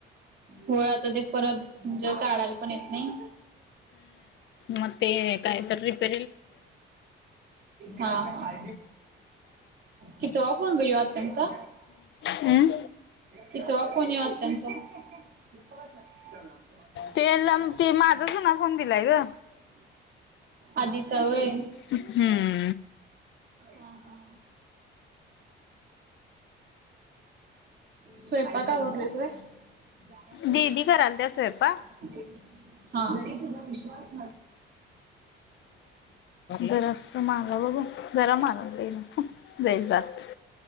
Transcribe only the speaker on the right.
होय आता ते परत म्हणजे काढायला पण येत नाही.
हा हा. कितवा फोन ग ह्यो? त्यांचा
कितवा फोन ह्यो आत्यांचा? <inaudible>
आधीचावय.
हा हा स्वयंपाक आवरलीस व्होय. हा.